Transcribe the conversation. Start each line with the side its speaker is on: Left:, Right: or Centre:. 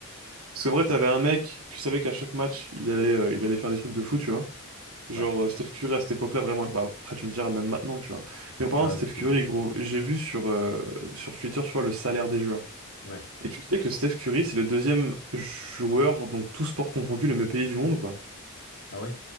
Right: Parce qu'en vrai, t'avais un mec, tu savais qu'à chaque match, il allait, euh, il allait faire des trucs de fou, tu vois. Genre,
Left: Ouais.
Right: euh, Steph Curry à cette époque-là, vraiment, bah, après tu me diras même maintenant, tu vois. Mais en parlant
Left: Ah
Right: de
Left: ouais,
Right: Steph
Left: mais c'était
Right: Curry,
Left: une bête.
Right: gros, j'ai vu sur, euh, sur Twitter, tu vois, le salaire des joueurs.
Left: Ouais.
Right: Et tu sais que Steph Curry, c'est le deuxième joueur, donc tout sport confondu, le mieux payé du monde ou pas?
Left: Ah ouais?